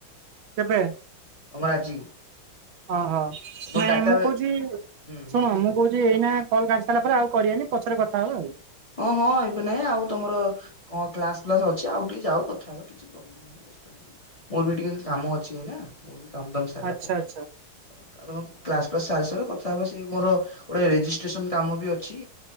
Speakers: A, on the right; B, on the left.
A: କେବେ?
B: ଆମର ଆଜି।
A: ଓହୋ
B: ତମର
A: ନାଇଁ
B: ଡାଟା
A: ମୁଁ କହୁଛି
B: ହୁଁ ହୁଁ
A: ଶୁଣ ମୁଁ କହୁଛି ଏଇନା କଲ୍ କାଟି ସାରିଲା ପରେ ଆଉ କରିବେନି ପଛରେ କଥା ହବା ଆଉ।
B: ହଁ ହଁ ଏବେ ନାଇଁ ଆଉ ତମର କଣ କ୍ଲାସ ଫ୍ଲାସ ଅଛି ଆଉ ଟିକେ ଯାଉ କଥା ହେବା କିଛି ପ୍ରୋବ୍ଲେମ୍ ନାହିଁ। ମୋର ବି ଟିକେ କାମ ଅଛି ନା କାମ ଦାମ୍ ସାରିଲା
A: ଆଚ୍ଛା
B: ପରେ
A: ଆଚ୍ଛା
B: ଆଉ ତମ କ୍ଲାସ୍ ଫ୍ଲାସ୍ ସାରି ସାର କଥା ହବା ସେଇ ମୋର ଗୋଟେ ରେଜିଷ୍ଟ୍ରେସନ କାମ ବି ଅଛି।